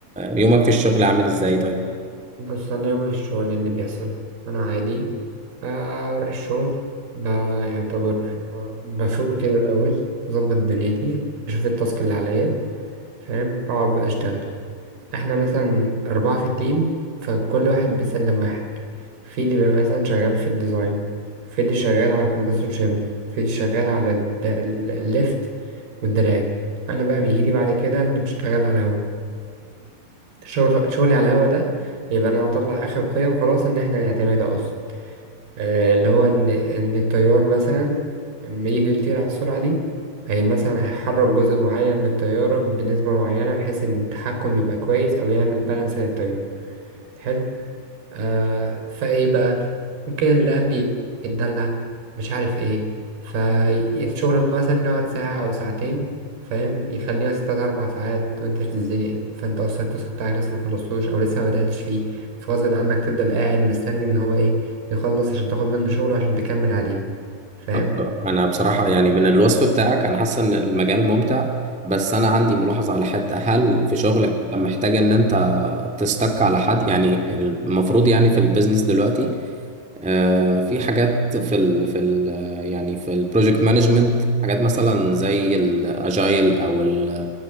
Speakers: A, in the centre; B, on the right (about 60°).
A: يومك في الشغل عامل ازاي طيب
B: بس انا يومي في الشغل إيه اللي بيحصل انا عادي آه، اروح الشغل بيعتبر آه، بفوق كده الاول بظبط دنيتي بشوف التاسك اللي عليا فاهم بقعد بقى اشتغل احنا مثلا أربعة في التيم فكل واحد بيسلم واحد في اللي بيبقى مثلا شغال في الديزاين في اللي شغال على كومبرسور شامبر في اللي شغال على الد- ال- الليفت والدراج أنا بقى بيجيلي بعد كده اللي بشتغل على الهوا شغل شغلي على الهوا ده يبقى أنا هطلع آخر قيم خلاص إن احنا نعتمدها أصلا آه، اللي هو إن إن الطيار مثلا لما يجي يطير على السرعة دي هي مثلا هيحرك جزء معين من الطيارة بنسبة معينة بحيث إن التحكم يبقى كويس أو يعمل بالانس للطيارة حلو آه فايه بقى ممكن اللي قبلي يتدلع مش عارف ايه فالشغل مثلا يقعد ساعة أو ساعتين فاهم يخليها ستة أربع ساعات وأنت تتزنق فأنت أصلا التاسك بتاعك لسه مخلصتوش أو لسه ما بدأتش فيه فغصب عنك تفضل قاعد مستني إن هو إيه يخلص عشان تاخد منه شغله عشان تكمل عليه فاهم
A: طب انا بصراحه يعني من الوصف بتاعك انا حاسس ان المجال ممتع بس انا عندي ملاحظه على حته هل في شغلك انت محتاج ان انت تستك على حد يعني المفروض يعني في البيزنس دلوقتي آه، في حاجات في ال في ال يعني في البروجكت مانجمنت حاجات مثلا زي الاجايل او ال